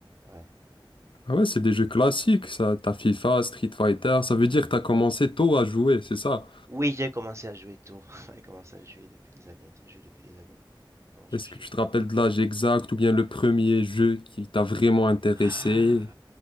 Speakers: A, on the right (about 35°); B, on the left (about 75°).
A: Ouais.
B: Ah ouais, c'est des jeux classiques, ça. T'as FIFA, Street Fighter, ça veut dire que t'as commencé tôt à jouer, c'est ça.
A: Oui, j'ai commencé à jouer tôt. <laughs> J'ai commencé à jouer depuis des années. Je joue depuis des années. Donc, je
B: Est-ce
A: joue
B: que tu
A: vivant.
B: te rappelles de l'âge exact ou bien le premier jeu qui t'a vraiment intéressé?
A: Ah,